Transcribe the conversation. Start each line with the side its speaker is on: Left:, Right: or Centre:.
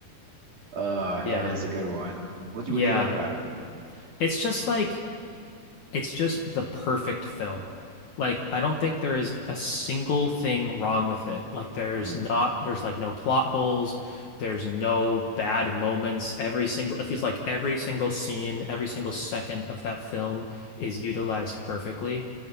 Right: Oh,
Left: Yeah.
Right: that is a good one. What
Left: Yeah.
Right: do you, what do you like about it?
Left: It's just like It's just the perfect film. Like, I don't think there is a single thing wrong with it. Like, there's
Right: hmm
Left: not, there's like no plot holes. There's no bad moments. Every single, it feels like every single scene, every single second of that film is utilized perfectly.